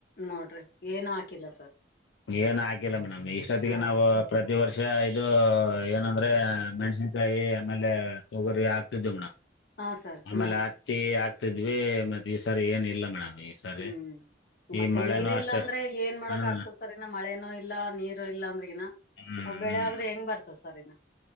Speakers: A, on the left (about 55°); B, on the left (about 75°).
A: ನೋಡ್ರಿ ಏನು ಹಾಕಿಲ್ಲ ಸರ್
B: ಏನ್ ಹಾಕಿಲ್ಲ ಮೇಡಮ್ ಇಷ್ಟೊತ್ತಿಗೆ
A: ಹ್ಮ್
B: ನಾವು ಪ್ರತಿ ವರ್ಷ ಇದು ಏನಂದ್ರೆ ಮೆಣಸನ್ ಕಾಯಿ ಆಮೇಲೆ ತೊಗರಿ ಹಾಕ್ತಿದ್ದಮಣ
A: ಹಾ ಸರ್
B: ಆಮೇಲೆ
A: ಹ್ಮ್
B: ಹತ್ತಿ ಆಕ್ ಮದ್ವೆ ಮತ್ತ ಈ ಸಾರಿ ಏನ್ ಇಲ್ಲ ಮೇಡಮ್ ಈ ಸರಿ
A: ಹ್ಮ್
B: ಈ
A: ಮತ್ತೆ
B: ಮಳೆನೂ
A: ನೀರ್ ಇಲ್ಲ
B: ಅಷ್ಟೇ
A: ಅಂದ್ರೆ ಏನ್ ಮಾಡಕ್
B: ಹಾ
A: ಆಗ್ತದೆ ಸರಿನ್ನ ಮಳೆನೋ ಇಲ್ಲ ನೀರು ಇಲ್ಲಾ ಅಂದ್ರೆಗಿನ
B: ಹ್ಮ್
A: ಬೆಳೆ
B: ಹ್ಮ್
A: ಆದ್ರೆ ಹೆಂಗ್ ಬರ್ತದ ಸರ್ ಇನ್ನ